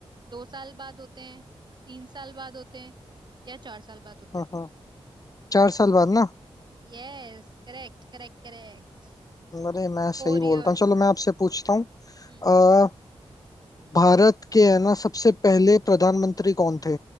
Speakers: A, on the right; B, on the left.
A: दो साल बाद होते हैं तीन साल बाद होते हैं या चार साल बाद होते
B: हम्म
A: हैं
B: हम्म। चार साल बाद ना
A: Yes correct correct correct
B: अरे मैं
A: फोर
B: सही बोलता
A: years
B: हूँ चलो मैं आपसे पूछता हूँ
A: हम्म
B: भारत के है ना सबसे पहले प्रधानमंत्री कौन थे